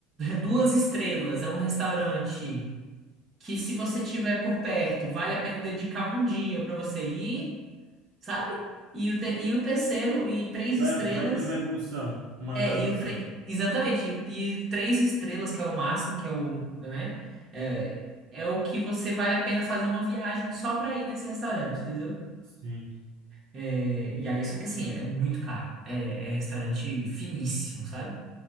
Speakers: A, on the right; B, on the right.
A: duas estrelas, é um restaurante que se você tiver por perto, vale a pena dedicar um dia para você ir, sabe? E o, te- e o terceiro, e três
B: Vai,
A: estrelas,
B: vai tendo uma evolução, uma
A: é,
B: gradação.
A: e o tre- exatamente, e, e três estrelas, que é o máximo, que é o, né? É, é o que você vale a pena fazer uma viagem só para ir nesse restaurante, entendeu?
B: Sim.
A: É, e aí, só que assim, é muito caro. É, é restaurante finíssimo, sabe?